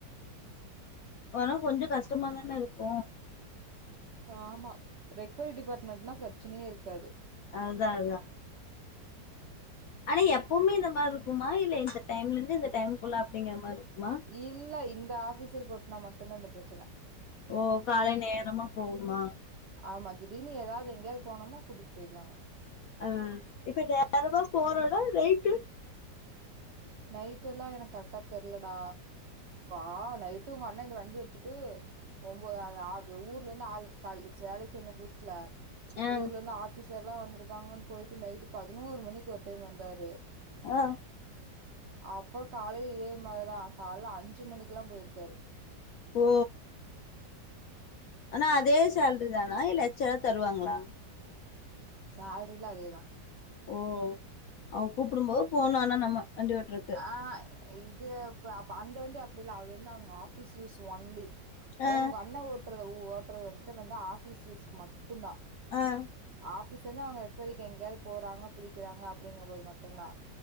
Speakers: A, on the left; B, on the right.
A: ஆனா கொஞ்ஜொ கஸ்டமாதான இருக்கு
B: ஆமா ரெக்வொட் டிபார்ட்மெண்ட்னா ப்ரச் பிரச்சனையே இருக்காது.
A: அதுதா அதுதா. ஆனா எப்பவுமே இந்த மாரி இருக்குமா இல்ல இந்த டைம்லந்து இந்த டைமுக்குள்ள அப்படிங்கிற மாரி. இருக்குமா
B: இல்ல இந். இந்த ஆபீசர்கு ஒட்டுனா மட்டுந்தா இந்த பிரச்சன.
A: ஓ காலை நேரமா போகுமா.
B: ஆமா திடீனு எதாவது எங்கேயாவது போனூம்னா கூட்டிட்டு போயிடுவாங்க.
A: ஆஹ இப்ப நேரமா போறோம்டா ரேட்டு்.
B: நைட்டு எல்லா எனக்கு கரெக்டா தெரியலடா ஆ நைட்டு உங்க அண்ண இந்த வண்டி எடுத்துட்டு ஒ ஊர்ல இருந்து ஆள் வேலைக்கு சேர்ந்த புதுசுல
A: ஆ
B: ஊர்ல இருந்து ஆஃபிஸ். ல்லா வந்திருக்காங்கனு போயிட்டு நைட்டு. பதுனோரு மணிக்கு ஒரு டைம் வந்தாரு.
A: ஆ
B: அப்புறம் காலைல இதே மாதிரிதான் கால்ல அஞ்சு மணிக்கு எல்லாம் போயிருக்காரு.
A: ஓ. ஆனா அதே சேலரி தானா இல்ல எச்சா எதா தருவாங்களா.
B: சேலரியெல்லா அதேதா
A: ஓ அவன் கூப்பிடும்போது போனும் ஆனா நம்ம. வண்டி ஓட்டுருக்கு.
B: ஆ இது இ அப் அந்த வண்டி அப்படி இல்ல அது வந்து அவங்க ஆபீஸ் யூஸ் ஒன்லி. அதாவது
A: ஆ
B: உங்க அண்ண ஓட். ஓட்டுறது வந்துட்டு வந்து ஆபீஸ்யூஸ்கு மட்டும் தான்.
A: ஆஹ.
B: ஆபிஸ்ல இருந்து அவுங்க ரெக்வரிக்கு எங்கேயாவது போறாங்க புடிக்குறாங்க அப்படிங்கும்போது மட்டுந்தா